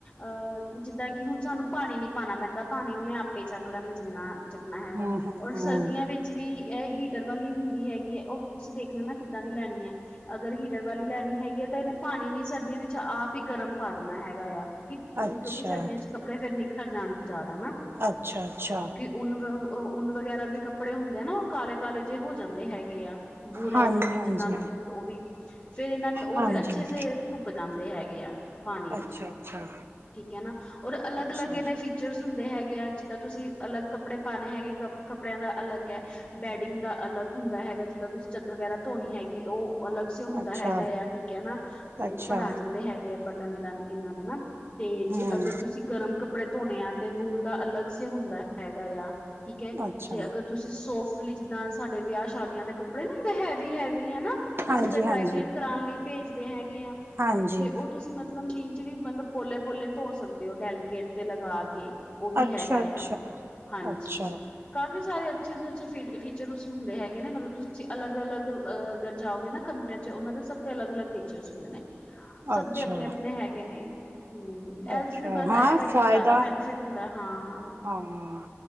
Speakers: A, on the left; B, on the right.
A: ਅਹ ਜਿੱਦਾਂ, ਕਿ ਹੁਣ ਸਾਨੂੰ ਪਾਣੀ ਨੀ ਪਾਉਣਾ ਪੈਂਦਾ ਪਾਣੀ, ਉਹਨੇ ਆਪੇ ਚੱਕ ਲੈਂਦਾ ਜਿੰਨਾ। ਹੈਗਾ,
B: ਹੂੰ-ਹੂੰ-ਹੂੰ
A: ਔਰ ਸਰਦੀਆਂ ਵਿੱਚ। ਵੀ ਇਹ ਹੀਟਰ ਵਾਲੀ ਹੁੰਦੀ ਹੈਗੀ ਹੈ। ਉਹ ਤੁਸੀਂ ਦੇਖਣਾ ਨਾ ਕਿੱਦਾਂ ਦੀ ਲੈਣੀ ਹੈ, ਅਗਰ ਹੀਟਰ ਵਾਲੀ ਲੈਣੀ ਹੈਗੀ ਆ, ਤਾਂ ਇਹਨੇ ਪਾਣੀ ਵੀ ਸਰਦੀਆਂ, ਵਿੱਚ ਆਪ ਹੀ ਗਰਮ ਪਾ ਦੇਣਾ ਹੈਗਾ ਆ। ਕਿ ਕਿਉਂਕਿ,
B: ਅੱਛਾ-ਅੱਛਾ
A: ਸਰਦੀਆਂ ਚ ਕੱਪੜੇ, ਫਿਰ ਨਿਖਰ ਜਾਣ ਜ਼ਿਆਦਾ ਨਾ।
B: ਅੱਛਾ, ਅੱਛਾ
A: ਉੱਨ ਉਨ ਵਗੈਰਾ ਦੇ ਕੱਪੜੇ ਹੁੰਦੇ ਆ ਨਾ, ਉਹ ਕਾਲੇ ਕਾਲੇ ਜਿਹੇ ਹੋ ਜਾਂਦੇ ਹੈਗੇ ਆ। ਬੂਰ
B: ਹਾਂਜੀ
A: ਆ ਜਾਂਦੀ ਹੈ,
B: ਹਾਂਜੀ
A: ਜਿੰਨ੍ਹਾਂ ਨੂੰ ਤੇ ਫਿਰ ਉਹ ਵੀ, ਫੇਿਰ ਇਹਨਾਂ ਨੇ ਉਹ
B: ਹਾਂਜੀ
A: ਫਿਰ। ਅੱਛੇ ਧੁੱਪ ਜਾਂਦੇ ਹੈਗੇ ਆ। ਪਾਣੀ
B: ਅੱਛਾ
A: ਵਿੱਚ,
B: ਅੱਛਾ
A: ਠੀਕ ਹੈ, ਨਾ ਔਰ ਅਲੱਗ
B: ਅੱਛਾ
A: ਅਲੱਗ, ਇਹਨੇ ਫੀਚਰ ਚਰਸ ਹੁੰਦੇ ਹੈਗੇ ਆ ਜਿੱਦਾਂ, ਤੁਸੀਂ ਅਲੱਗ ਕੱਪੜੇ ਪਾਉਣੇ ਹੈਗੇ ਕੱਪੜਿਆਂ ਦਾ ਅਲੱਗ ਹੈ। ਬੈਡਿੰਗ ਦਾ ਅਲੱਗ ਹੁੰਦਾ ਹੈਗਾ ਜਿੱਦਾਂ, ਤੁਸੀਂ ਚੱਦਰ ਵਗੈਰਾ ਧੋਣੀ ਹੈਗੀ, ਉਹ ਅਲੱਗ ਸ ਹੁੰਦਾ
B: ਅੱਛਾ
A: ਹੈਗਾ ਆ ਠੀਕ ਹੈ ਨਾ, ਉੱਪਰ
B: ਅੱਛਾ
A: ਆ ਜਾਂਦੇ ਹੈਗੇ ਆ, ਬਟਨ ਇਹਦਾ ਇਹਨਾਂ ਦੇ ਨਾ। ਤੇ
B: ਹਮ
A: ਜੇ ਅਗਰ, ਤੁਸੀਂ ਗਰਮ ਕੱਪੜੇ ਧੋਣੇ ਆ, ਤੇ ਵੂਲ ਦਾ ਅਲੱਗ ਸ ਹੁੰਦਾ ਹੈਗਾ ਆ‌। ਠੀਕ ਹੈ,
B: ਅੱਛਾ
A: ਜੇ ਅਗਰ ਤੁਸੀਂ ਸੋਫਟਲੀ, ਜਿੱਦਾਂ ਸਾਡੇ ਵਿਆਹ ਸ਼ਾਦੀਆਂ ਦੇ ਕੱਪੜੇ ਨਾ ਹੁੰਦੇ ਹੈਵੀ ਹੈਵੀ ਹਨਾ।
B: ਹਾਂਜੀ
A: ਅਸੀਂ ਫੇਿਰ ਡਰਾਇਕਲੀਨ
B: ਹਾਂਜੀ
A: ਕਰਾਉਣ ਲਈ ਭੇਜਦੇ ਹੈਗੇ ਆ।
B: ਹਾਂਜੀ
A: ਤੇ ਉਹ ਤੁਸੀਂ ਮਤਲਬ ਮਸ਼ੀਨ। ਵੀ ਮਤਲਬ, ਪੋਲੇ ਪੋਲੇ ਧੋ ਸਕਦੇ ਹੋ, ਡੈਲੀਕੇਟ ਤੇ ਲਗਾ ਕੇ, ਉਹ ਵੀ
B: ਅੱਛਾ
A: ਹੈਗਾ
B: ਅੱਛਾ
A: ਆ, ਹਾਂਜੀ,
B: ਅੱਛਾ
A: ਕਾਫੀ ਸਾਰੇ ਅੱਛੇ ਅੱਛੇ ਫ ਫੀਚਰਸ ਹੁੰਦੇ ਹੈਗੇ ਨੇ ਮਤਲਬ, ਤੁਸੀਂ ਅਲੱਗ ਅਲੱਗ ਅਗਰ ਜਾਓਗੇ, ਨਾ ਕੰਪਨੀਆਂ ਚ ਉਹਨਾਂ ਦੇ। ਸਭ ਦੇ ਅਲੱਗ ਅਲੱਗ ਫੀਚਰਸ ਹੁੰਦੇ ਨੇ, ਸਭ
B: ਅੱਛਾ
A: ਦੇ ਆਪਣੇ ਆਪਣੇ ਹੈਗੇ ਨੇ। ਹਮ ਐਲ
B: ਅੱਛਾ
A: ਜੀ ਦੇ, ਬਸ
B: ਹਾਂ
A: ਇਹ ਵ
B: ਫਾਇਦਾ
A: ਕਿ ਜ਼ਿਆਦਾ ਬੈਨੀਫਿਟ ਹੁੰਦਾ ਹਾਂ।
B: ਹਾਂ,